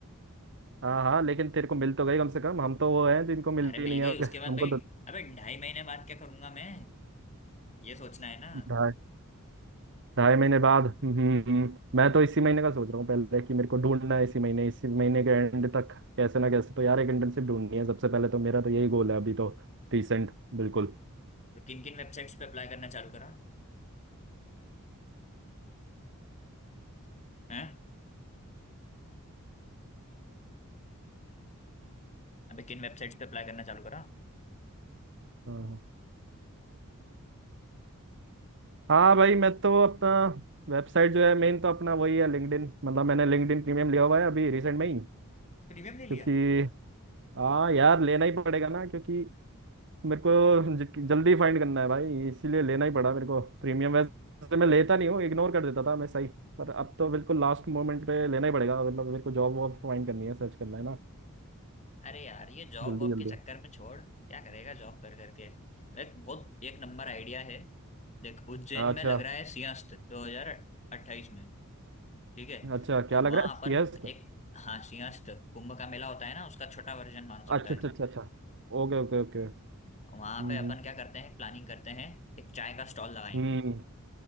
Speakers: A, on the right; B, on the left.
A: हाँ हाँ लेकिन तेरे को मिल तो गई कम से कम हम तो वो हैं जिनको मिलती
B: अरे मिल
A: नहीं
B: गई
A: है
B: उसके बाद
A: हमको
B: भाई अबे ढाई महीने बाद क्या करूंगा मैं ये सोचना है ना
A: तो ढाई महीने बाद हम्म हम्म, हम्म, मैं तो इसी महीने का सोच रहा हूँ पहले कि मेरे को ढूंढना है इसी महीने इसी महीने के एंड तक कैसे ना कैसे तो यार एक इंटर्नशिप ढूंढनी है सबसे पहले तो मेरा तो यही गोल है अभी तो रिसेंट बिल्कुल
B: तो किन किन वेबसाइट्स पे अप्लाई करना चालू करा हैं अबे किन वेबसाइट्स पे अप्लाई करना चालू करा
A: हाँ हाँ भाई मैं तो अपना वेबसाइट जो है मेन तो अपना वही है लिंक्डइन मतलब मैंने लिंक्डइन प्रीमियम लिया हुआ है अभी रिसेंट में ही
B: प्रीमियम ले
A: क्योंकि
B: लिया
A: हाँ यार लेना ही पड़ेगा ना क्योंकि मेरे को ज- जल्दी फाइंड करना है भाई इसीलिए लेना ही पड़ा मेरे को प्रीमियम वैसे मैं लेता नहीं हूँ इग्नोर कर देता था मैं सही पर अब तो बिल्कुल लास्ट मोमेंट पे लेना ही पड़ेगा मतलब मेरे को जॉब वॉब फाइंड करनी है सर्च करना है ना
B: अरे यार ये जॉब
A: जल्दी
B: वॉब
A: जल्दी
B: के चक्कर में छोड़ क्या करेगा जॉब कर करके एक बहुत एक नंबर आइडिया है देख उज्जैन
A: अच्छा
B: में लग रहा है सिंहस्थ 2028 में ठीक है
A: अच्छा क्या
B: तो वहां
A: लग रहा है
B: अपन
A: सीएस
B: एक हाँ सिंहस्थ कुंभ का मेला होता है ना उसका छोटा वर्जन मान सकता
A: अच्छा
B: है
A: अच्छा
B: तू
A: अच्छा अच्छा Okay okay okay
B: वहां
A: Hmm
B: पे अपन क्या करते हैं प्लानिंग करते हैं एक चाय का स्टॉल लगाएंगे
A: Hmm hmm,